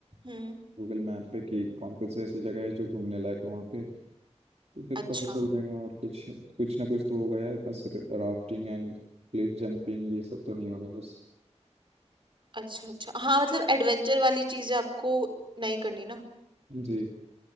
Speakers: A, on the right; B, on the right.
A: हम्म
B: गूगल मैप पे कि कौन कौन से ऐसी जगह है जो घूमने लायक है वहाँ पे ये फिर
A: अच्छा
B: पता चल जाएगा और कुछ कुछ ना कुछ तो होगा यार बस राफ्टिंग एंड क्लिफ जंपिंग ये सब तो नहीं होगा बस
A: अच्छा अच्छा हाँ मतलब एडवेंचर वाली चीजें आपको नहीं करनी ना
B: जी